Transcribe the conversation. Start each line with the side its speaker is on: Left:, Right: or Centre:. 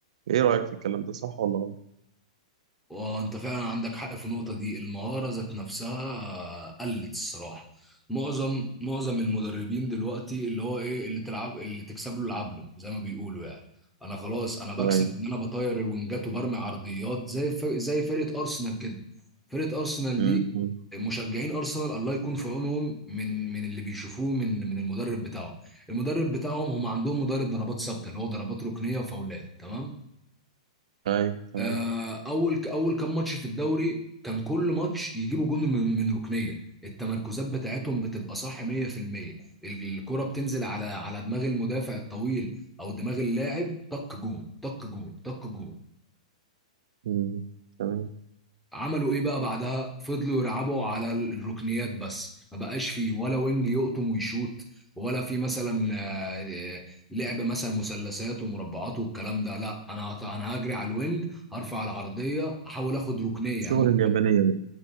Right: إيه رأيك في الكلام ده صح ولا غلط؟
Centre: وانت فعلا عندك حق في النقطة دي المهارة ذات نفسها قلت الصراحة معظم معظم المدربين دلوقتي اللي هو ايه اللي تلعب اللي تكسب له العب له زي ما بيقولوا يعني انا خلاص انا بكسب
Right: أيوه
Centre: ان انا بطير الونجات وبرمي عرضيات زي ف... زي فرقة ارسنال كده فرقة ارسنال
Right: أمم.
Centre: دي مشجعين ارسنال الله يكون في عونهم من من اللي بيشوفوه من من المدرب بتاعهم المدرب بتاعهم هم عندهم مدرب ضربات ثابتة اللي هو ضربات ركنية وفاولات تمام
Right: أيوه تمام
Centre: آه، اول اول كام ماتش في الدوري كان كل ماتش يجيبوا جون من من ركنيه التمركزات بتاعتهم بتبقى صح 100% الكره بتنزل على على دماغ المدافع الطويل او دماغ اللاعب طق جون طق جون طق جون
Right: أمم. تمام
Centre: عملوا ايه بقى بعدها فضلوا يلعبوا على الركنيات بس ما بقاش فيه ولا وينج يقطم ويشوت ولا في مثلا آه، لعب مثلا مثلثات ومربعات والكلام ده لا انا هت- انا هجري على الوينج هرفع العرضيه احاول اخد ركنيه
Right: الشغل
Centre: يعني هم
Right: اليابانية